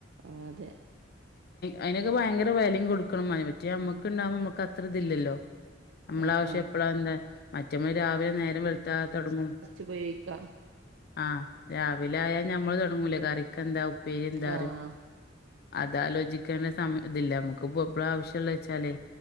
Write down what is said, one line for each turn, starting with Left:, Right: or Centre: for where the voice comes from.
Right: ആഹ്തെ
Left: അയിനൊക്കെ ഭയങ്കര വെലയും കൊടുക്കണം അതിപറ്റേ നമ്മക്ക് ഉണ്ടാവുമ്പോ നമ്മക്കത്ര ഇതില്ലല്ലോ നമ്മള
Right: ആഹ്
Left: ആവശ്യം
Right: ആഹ്
Left: എപ്പളാന്താ മറ്റമ്മ രാവിലെ നേര വെളുത്താ തൊടങ്ങും
Right: ഉപയോയ്ക്കാ
Left: ആഹ് രാവിലെ ആയാൽ ഞമ്മള് തൊടങ്ങൂലേ കറിക്കെന്താ ഉപ്പേരി എന്താറി
Right: ആഹ്
Left: അതാലോചിക്കേണ്ട സമയ ഇതില്ല നമ്മക്ക് എപ്പഴാ ആവശ്യള്ളച്ചാലേ